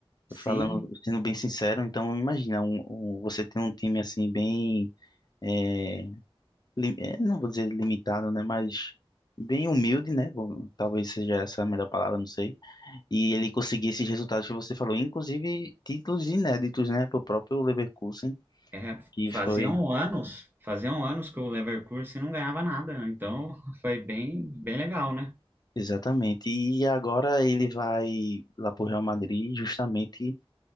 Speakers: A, on the left (about 45°); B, on the right (about 20°).
A: Tô
B: Sim,
A: Falando, sendo bem sincero, então imagina, um, um- você tem um time assim bem, é, li- é, não vou dizer limitado, né, mas bem humilde, né, Bom, talvez seja essa a melhor palavra, não sei, e ele conseguir esses resultados que você falou, inclusive títulos inéditos, né, para próprio Leverkusen,
B: é,
A: que
B: faziam
A: foi
B: anos, faziam anos que o Leverkusen não ganhava nada, né? então <laughs> foi bem, bem legal, né?
A: exatamente, e agora ele vai lá para o Real Madrid justamente,